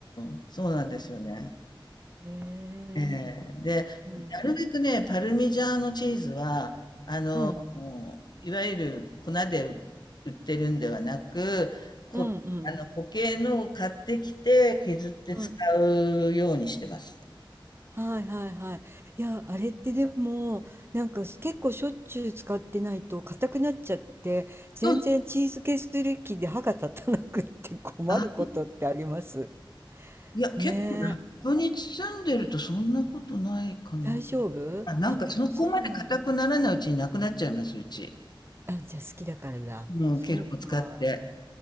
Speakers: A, on the left; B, on the right.
A: ん、そうなんですよね。
B: へえ、
A: ええ。で、
B: そうなんだ。
A: なるべくね、パルミジャーノチーズは、
B: うん、
A: もう、いわゆる粉で売ってるんではなく、こ、
B: うんうん、
A: あの固形のを買ってきて削って使うようにしてます。
B: うん。はいはいはい。いや、あれってでも、なんかし結構しょっちゅう使ってないと硬くなっちゃって、全然チーズケーキ機で歯が立たなくって困ることってあります。
A: そうああ、いや、結構ラップに包んでるとそんなことないかな。
B: ねえ、大丈夫あ、
A: あ、なんかそこまで硬くならないうちになくなっちゃいます、
B: そうなんだ。
A: うち。
B: あ、じゃあ好きだからだ。
A: うん、
B: そうか。
A: 結構使って。